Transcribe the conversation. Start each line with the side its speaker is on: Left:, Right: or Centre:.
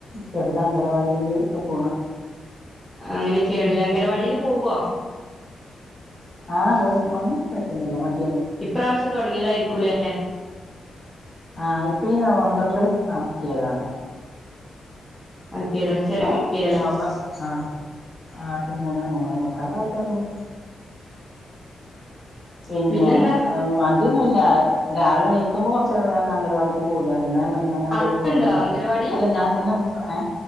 Left: ചെറുത അംഗനവാടിയില് ഒക്കെ പോണ്
Centre: അങ്ങനെക്കെയാണ്
Left: ഉം
Centre: അംഗലവാടിയില് പോവോ
Left: ആ പോവും അയ്ന് കൊയപ്പൊന്നുല്ല മടി
Centre: ഇപ്രാവശ്യം തോടങ്ങിയതായിരിക്കൂലേ
Left: ആഹ് ഇപ്പ ഈ നവംബറില് ആക്കിയതാണ്
Centre: <unintelligible> കുട്ടിയല്ലേ
Left: നവംബർ ആഹ് ആ മൂന്നേ മൂന്നേ മുക്കാലായി തുടങ്ങി പിന്നെ
Centre: പിന്നെന്താ
Left: മടിയൊന്നുല്ല രാവിലെ എണീക്കുമ്പോ കുറച്ചുനേരം അങ്കനവാടിക്ക് പോവുലായിരുന്നു <unintelligible> പിന്നെ ഞാൻ
Centre: അടുത്തുണ്ടോ
Left: ബൈക്ക് കൊണ്ടു <unintelligible>
Centre: അംഗനവാടി
Left: അല്ല ഞാൻ തന്നെ ഏ